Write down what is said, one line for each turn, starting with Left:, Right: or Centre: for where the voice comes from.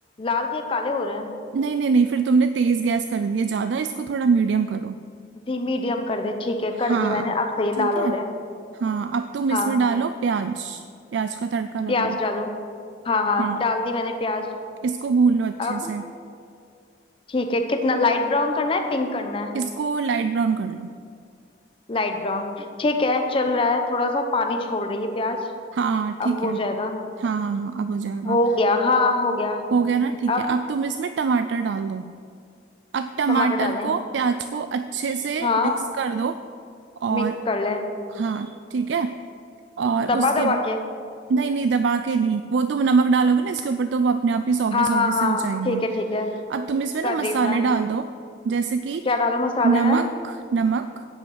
Left: लाल के काले हो रहे हैं
Right: नहीं नहीं नहीं फिर तुमने तेज गैस कर दिया ज्यादा इसको थोड़ा मीडियम करो
Left: दी मीडियम कर दे ठीक है कर
Right: हाँ
Left: दी मैंने अब सही
Right: ठीक
Left: लाल
Right: है
Left: हो रहे हैं
Right: हाँ अब तुम
Left: हाँ
Right: इसमें डालो प्याज प्याज का तड़का लगाओ
Left: प्याज डालूं हाँ हाँ
Right: हाँ
Left: डाल दी मैंने प्याज
Right: इसको भून लो अच्छे
Left: अब
Right: से
Left: ठीक है कितना लाइट ब्राउन करना है पिंक करना है
Right: इसको लाइट ब्राउन कर लो
Left: लाइट ब्राउन ठीक है चल रहा है थोड़ा सा पानी छोड़ रही है प्याज
Right: हाँ ठीक
Left: अब हो
Right: है
Left: जाएगा
Right: हाँ हाँ हाँ अब हो जाएगा
Left: हो गया हाँ हो गया
Right: हो गया ना ठीक
Left: अब
Right: है अब तुम इसमें टमाटर डाल दो अब टमाटर
Left: टमाटर डालें
Right: को प्याज को अच्छे से
Left: हाँ
Right: मिक्स कर दो और
Left: मिक्स कर लें
Right: हाँ ठीक है और
Left: दबा
Right: उसके
Left: दबा के
Right: नहीं नहीं दबा के नहीं वो तुम नमक डालोगे ना इसके ऊपर तो वो अपने आप ही सौगी
Left: हाँ
Right: सौगी
Left: हाँ हाँ
Right: से हो जाएंगे
Left: ठीक है ठीक है
Right: अब तुम इसमें ना
Left: कर
Right: मसाले
Left: रही हूँ मैं
Right: डाल दो जैसे कि
Left: क्या डालूं मसाले
Right: नमक
Left: में
Right: नमक